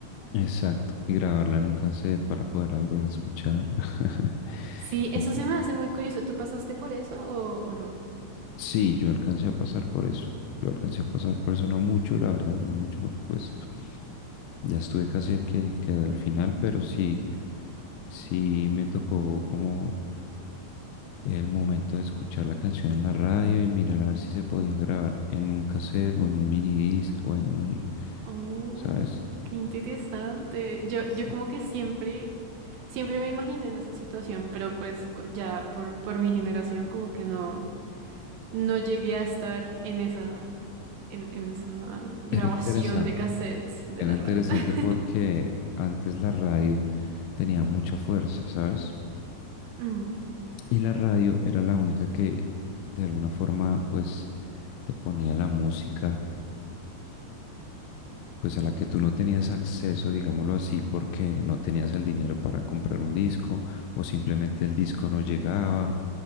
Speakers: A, on the left; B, on the right.
A: exacto, y grabarla en un cassette para poderla volver a escuchar. <laughs>
B: Sí, eso
A: Ento-
B: se me hace muy curioso. ¿Tú pasaste por eso o, o no?
A: sí, yo alcancé a pasar por eso. Yo alcancé a pasar por eso, no mucho, la verdad, no mucho, porque pues ya estuve casi a que, que al final, pero sí. Sí, me tocó como el momento de escuchar la canción en la radio y mirar a ver si se podía grabar en un cassette o en un minidisc o en un,
B: Oh,
A: ¿sabes?
B: qué interesante. Yo,
A: Sí.
B: yo como que siempre, siempre me imaginé en esa situación, pero pues co- ya por, por mi generación como que no, no llegué a estar en esa, en, en esa grabación
A: Era interesante,
B: de cassettes de
A: era
B: la
A: interesante
B: radio. <laughs>
A: porque antes la radio tenía mucha fuerza, ¿sabes?
B: Mm,
A: Y la radio era la única que de alguna forma pues te ponía la música pues a la que tú no tenías acceso, digámoslo así, porque no tenías el dinero para comprar un disco o simplemente el disco no llegaba,